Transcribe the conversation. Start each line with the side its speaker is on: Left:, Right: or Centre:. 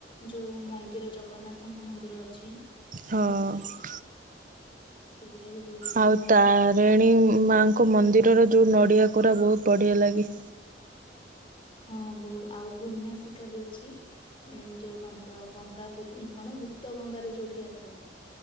Left: ଯୋଉ ମନ୍ଦିର ଜଗନ୍ନାଥଙ୍କ ମନ୍ଦିର ଅଛି
Right: ହଁ।
Left: ସେଇଟା ବି ବହୁତ ବଢିଆ
Right: ଆଉ ତାରିଣୀ ମାଙ୍କ ମନ୍ଦିରର ଯୋଉ ନଡ଼ିଆ କୋରା ବହୁତ ବଢିଆ ଲାଗେ।
Left: ହଁ ବୋ ଆଉ ଗୁନାସିକା ବି ଅଛି। ଯୋଉ କଣ ତ ଗଙ୍ଗା କଣ ଗୁପ୍ତ ଗଙ୍ଗାରୁ ଯୋଉଠି ଆସେ।